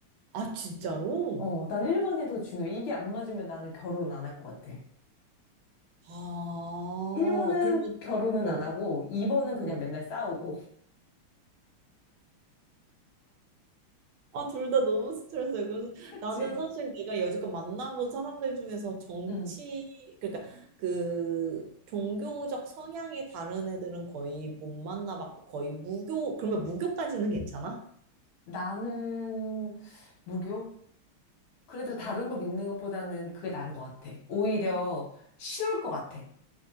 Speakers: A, on the right; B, on the left.
A: 아, 진짜로?
B: 어, 난 1번이 더 중요해. 이게 안 맞으면 나는 결혼 안 할 것 같아.
A: 아,
B: 1번은
A: 그러면,
B: 결혼은
A: 어,
B: 안 하고 2번은 그냥
A: 어.
B: 맨날 싸우고.
A: 아, 둘 다 너무 스트레스예요. 그래서
B: 그치?
A: 나는 사실 내가 여지껏 만나본 사람들 중에서 정치,
B: 음.
A: 그러니까 그 종교적 성향이 다른 애들은 거의 못 만나봤고 거의 무교, 그러면 무교까지는 괜찮아?
B: 나는 무교? 그래도 다른 거 믿는 것보다는 그게 나은 것 같아. 오히려 쉬울 것 같아.